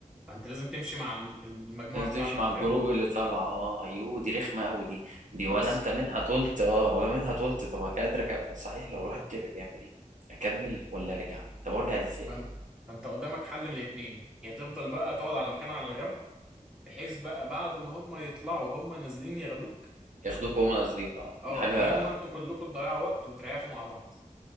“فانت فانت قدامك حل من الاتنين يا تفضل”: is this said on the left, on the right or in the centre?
Centre